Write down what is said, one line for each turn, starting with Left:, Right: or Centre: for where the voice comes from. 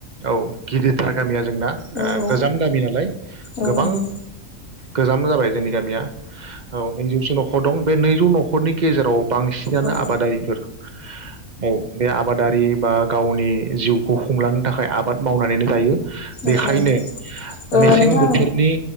Right: औ गिदिरथार गामिया जोंना
Left: औ
Right: ओ
Left: औ
Right: गोजाम गामि नालाय।
Left: औ
Right: गोबां
Left: नंगौ
Right: गोजाम जाबाय जोंनि गामिया। औ नैजौसो न खर दं बे नैजौ नखरनि गेजेराव बांसिनानो
Left: औ
Right: आबादारिफोर। औ बे आ आबादारि बा गावनि जिउखौ खुंलां थाखाय आबाद मावनानैनो जायो। बेखायनो
Left: औ
Right: मेसें
Left: औ नोंथां
Right: बोथोरनि